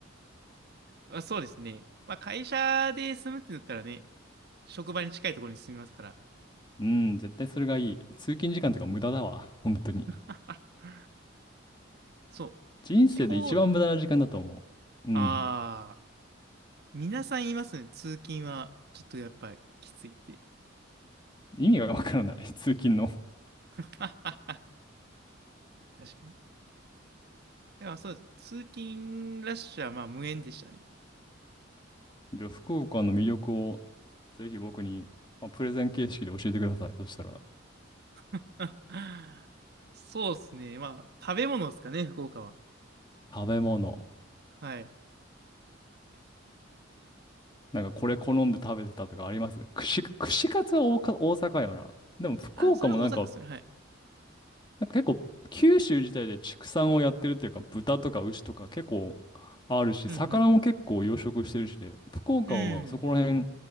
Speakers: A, on the right; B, on the left.
A: まあ、そうですね。まあ、会社で住むってなったらね、職場に近いところに住みますから。
B: うん、絶対それがいい。通勤時間とか無駄だわ。本当に。
A: <laughs> そう。
B: 人生で一番無駄な時間だと思う。
A: 地方だった
B: うん。
A: ああー、皆さん言いますね。通勤は、ちょっとやっぱりきついって。
B: 意味がわからない、<laughs> 通勤の。
A: <laughs> 確かに。だからそうですね。通勤ラッシュはまあ無縁でしたね。
B: じゃあ、福岡の魅力をぜひ僕に、まあ、プレゼン形式で教えてください。そしたら、
A: <laughs> そうですね。まあ、食べ物ですかね、福岡は。
B: 食べ物。
A: はい。
B: なんかこれ好んで食べてたとかあります串、串カツは大か大阪よな。でも福岡もなんか、
A: あ、それは大阪ですね。はい。
B: なんか結構九州自体で畜産をやってるっていうか、豚とか牛とか結構あるし、
A: うん
B: 魚も結構養殖してるしで、福岡はまあそこら辺、
A: うん。うん。
B: ま